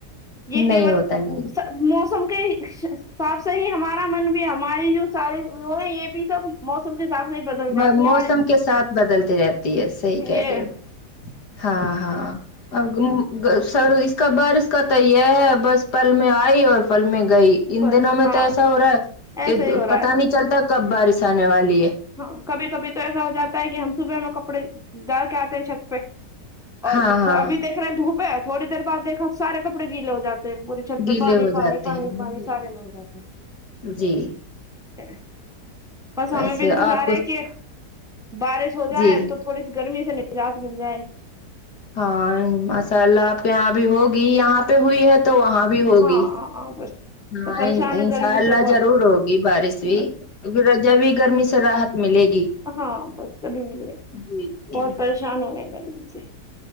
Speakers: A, in the centre; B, on the left.
A: یے
B: نہیں
A: کول
B: ہوتا نہیں
A: موسم کے حساب سے ہی ہمارا من بھی ہماری جو ساری وہ ہے یے بھی سب موسم کے حساب سے ہی بدل جاتی
B: با
A: ہے
B: موسم
A: ہمارے
B: کے ساتھ بدلتی رہتی ہے صحیح کہہ
A: یہ
B: رہے ہو ہاں ہاں آ گمو گم گا سڑو اس کا بارش کا تو یے ہے بس پل میں آئی اور پل میں گئی ان
A: بس
B: دنوں میں
A: ہاں
B: تو ایسا ہو رہا ہے
A: ایسا
B: کہ
A: ہی ہو رہا
B: پتا
A: ہے
B: نہیں چلتا کب بارش آنے والی ہے
A: ہاں کبھی کبھی تو ایسا ہو جاتا ہے کہ ہم صبح میں کپڑے ڈال کے آتے ہیں چھت پے اور
B: ہاں ہاں
A: ابھی دیکھ رہے ہیں دھوپ ہے تھوڑی دیر بعد دیکھا سارے کپڑے گیلے ہو جاتے ہیں بری چھت پے
B: گیلے
A: پانی
B: ہو
A: پانی
B: جاتے
A: پانی
B: ہیں
A: پانی سارے میں
B: جی
A: <unintelligible> بس
B: ویسے
A: ہمیں بھی انتظار
B: آپ کو
A: ہے کہ بارش ہو جائے
B: جی
A: تو تھوڑی سی گرمی سے نجات مل جائے
B: ہاں ماشاء اللہ آپ کے یہاں بھی ہوگی یہاں پے ہوئی ہے تو وہاں بھی ہوگی
A: ہاں بس تو
B: ہاں
A: پریشان ہے
B: انشاء
A: گرمی
B: اللہ
A: سے بہت
B: ضرور ہوگی بارش بھی
A: بس
B: پھر جبی گرمی سے راحت ملے گی
A: ہاں بس تبھی ملیگی
B: جی جی
A: بہت پریشان ہو رہے ہیں گرمی سے